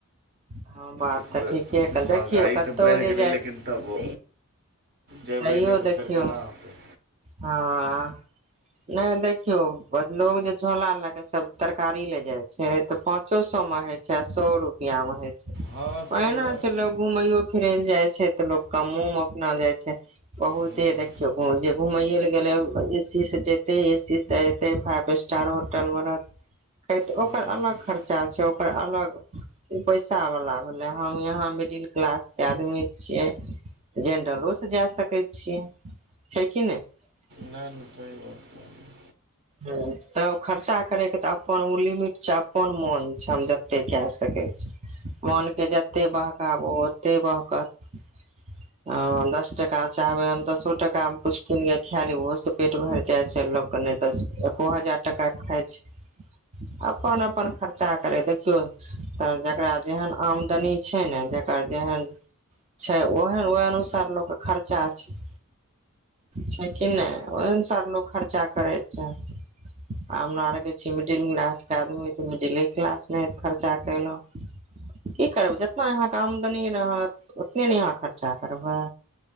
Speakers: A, on the right; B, on the right.
A: हँ बात
B: एकबेर
A: तऽ ठीके कह
B: महगाइ
A: देखियौ कतहु
B: तऽ बढ़ि
A: जे
B: गेलै
A: जाय
B: लेकिन तबो जेबै
A: तैयो
B: नहि तऽ
A: देखियौ
B: फेर केना होतै
A: हँ नहि देखियो लोग जे झोला लके सब तरकारी ले जाय छै तऽ पांचो सौ में होय छै आ सओ रुपआ मे होइ छै
B: हँ सही
A: ओहिना
B: बात
A: छै लोग घूमैयो फिरै लए जाइ छै तऽ लोग कमो मे अपना जाइ छै बहुते
B: हूँ
A: जे देखियौ बहुत जे घुमैइए ले गेलै एसी से जेतै एसी से अतै फाइव स्टार होटलमे रहतै
B: नहि
A: ओकर अलग खर्चा छै ओकर अलग उ पैसावला भेलै हम यहाँ मिडिल क्लास के आदमी छियै जेनरलो सँ जा सकै छियै छै कि नहि
B: नहि नहि सही बात कहलिये
A: ह तऽ खर्चा करयके तऽ अपन ओ लिमिट छै अपन मोन छै हम जते कए सकै छी मोनके जते बहकाबू ओते बहकत ह दस टका चाहबै हम दसो टकामे किछु कीने खाय ली ओहोसे पेट भरि जाइ छै लोकके एको हजार टका खाइ छै अपन अपन खर्चा करै देखियौ त जकरा जेहन आमदनी छै ने जकर जेहन छै ओहन ओह अनुसार लोक खर्चा छै छै कि नहि ओहि अनुसार लोक खर्चा करै छै आ हमरा आरके छि मिडिल क्लासके आदमी तऽ मिडिले क्लास नहि खर्चा कयलहुँ की करबै जितना यहाँ के आमदनी रहत उतने ने अहाँ खर्चा करबै